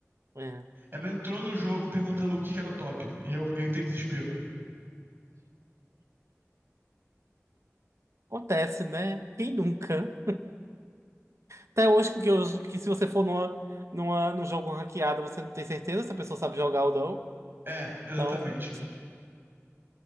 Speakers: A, on the right (about 70°); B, on the right (about 45°).
A: É.
B: Ela entrou no jogo perguntando o que que era o top. E eu, eu entrei em desespero.
A: Acontece, né? Quem nunca? Até hoje, porque eu- que se você for numa, numa, num jogo ranqueado, você não tem certeza se a pessoa sabe jogar ou não.
B: É, exatamente.
A: Então,